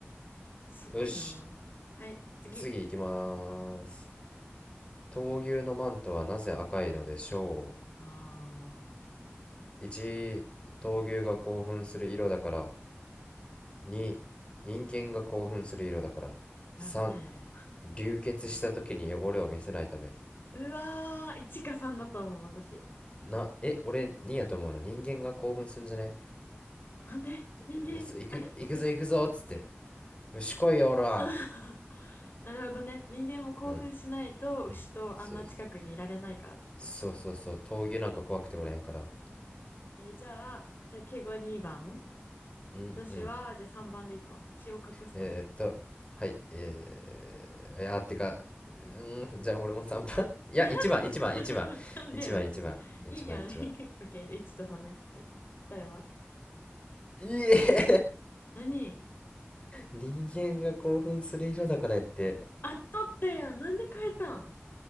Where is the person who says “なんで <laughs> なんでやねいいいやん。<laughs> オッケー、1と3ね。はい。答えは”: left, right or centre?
Left